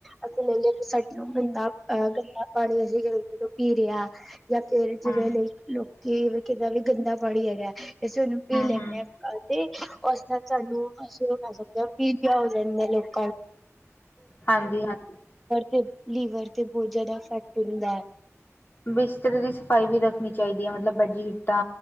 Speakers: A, in the centre; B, on the left (about 40°).
A: ਅਸੀਂ ਲੈ ਲਿਆ ਕਿ ਸਾਡੇ ਗੰਦਾ ਅ ਗੰਦਾ <unintelligible> ਪਾਣੀ ਅਸੀਂ ਗਲਤੀ ਤੋਂ ਪੀ ਰਿਆ ਜਾਂ ਫੇਰ ਜਿਵੇਂ
B: ਹਮ
A: ਲਈ ਲੋਕੀ <unintelligible> ਵੀ ਗੰਦਾ ਪਾਣੀ ਹੈਗਾ ਅਸੀਂ ਓਨੂੰ ਪੀ
B: ਹਮ
A: ਲੈਂਦੇ
B: ਹਮ
A: ਆ ਤੇ ਉਸ ਨਾਲ ਸਾਨੂੰ <inaudible> ਪੀਲੀਆ ਹੋ ਜਾਂਦੈ <inaudible> ਲੀਵਰ
B: ਹਾਂਜੀ ਹਾਂਜੀ
A: ਤੇ ਲੀਵਰ ਤੇ ਬਹੁਤ ਜਿਆਦਾ ਇਫੈਕਟ ਹੁੰਦੈ।
B: ਬਿਸਤਰੇ ਦੀ ਸਫ਼ਾਈ ਵੀ ਰੱਖਣੀ ਚਾਈਦੀਆ ਮਤਲਬ ਬੈਡ ਦੀ ਸ਼ੀਟਾਂ,